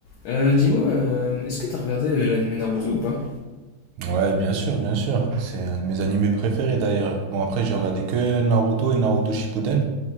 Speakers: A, on the left (about 75°); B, on the right (about 85°).
A: Euh, dis-moi, euh, est-ce que t'as regardé euh, l'anime Naruto ou pas?
B: Ouais, bien sûr, bien sûr. C'est un de mes animés préférés d'ailleurs. Bon, après, j'ai regardé que Naruto et Naruto Shippuden.